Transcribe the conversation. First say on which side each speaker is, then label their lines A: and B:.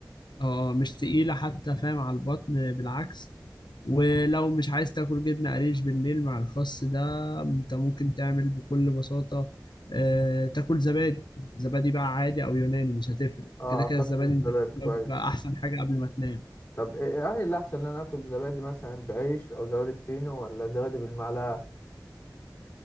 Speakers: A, on the left; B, on the left.
A: آه، مش تقيلة حتى فاهم على البطن بالعكس ولو مش عايز تاكل جبنة قريش بالليل مع الخس ده انت ممكن تعمل بكل بساطة آه، تاكل زبادي زبادي بقى عادي او يوناني مش هتفرق
B: اه
A: كده
B: اعتقد
A: كده الزبادي
B: الزبادي
A: انت بقى
B: كويس
A: احسن حاجة قبل ما تنام
B: طب إيه- يعني اللي أحسن إن أنا آكل زبادي مثلا بعيش أو زبادي فينو ولا زبادي بالمعلقة